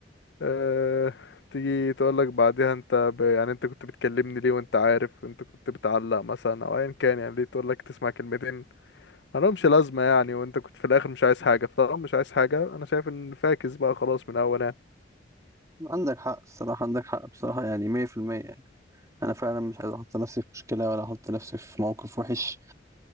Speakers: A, on the left; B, on the right.
A: اه... تيجي تقولك بعدها انت ب... يعني انت كنت بتكلمني ليه وانت عارف انت كنت بتعلق مثلا او ايا كان يعني ليه تقولك تسمع كلمتين مالهمش لازمة يعني وانت كنت في الاخر مش عايز حاجة فطالما مش عايز حاجة انا شايف ان فاكس بقى خلاص من اول يعني
B: عندك حق الصراحة عندك حق بصراحة يعني مية في المية يعني أنا فعلا مش عايز أحط نفسي في مشكلة ولا أحط نفسي في موقف وحش